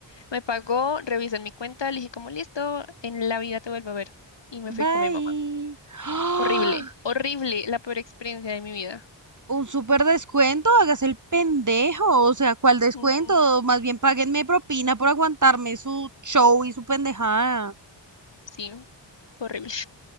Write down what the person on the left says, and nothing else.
Me pagó, revisó en mi cuenta, le dije, como listo, en la vida te vuelvo a ver. Y me
fui con mi mamá.
Horrible, horrible, la peor experiencia de mi vida.
Ujú,
Sí, fue horrible.